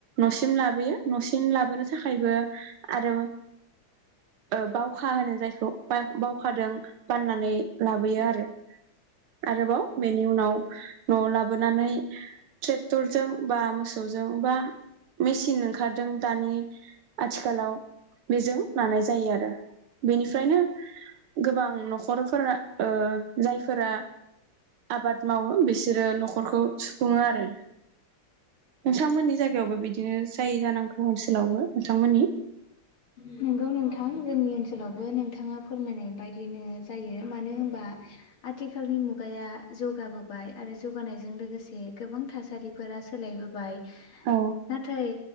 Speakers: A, on the right; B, on the left.
A: न'सिम लाबोयो न'सिम लाबोनो थाखायबो आरो ओ बावखा होनो जायखौ बा बावखादों बाननानै लाबोयो आरो आरोबाव बेनि उनाव न'आव लाबोनानै ट्रेक्टरजों बा मोसौजों बा मेसिन ओंखारदों दानि आथिखालाव बेजों लानाय जायो आरो बेनिफ्रायनो गोबां न'खरफोरा ओ जायफोरा आबाद मावो बिसोरो न'खरखौ सुफुङो आरो नोंथांमोननि जायगायावबो बिदिनो जायो जानांगौ ओनसोलावबो नोंथांमोननि
B: नोंगौ नोंथां जोंनि ओनसोलावबो नोंथाङा फोरमायनाय बायदिनो जायो मानो होनबा आथिखालनि मुगाया जौगाबोबाय आरो जौगानायजों लोगोसे गोबां थासारिफोरा सोलायबोबाय
A: औ
B: नाथाय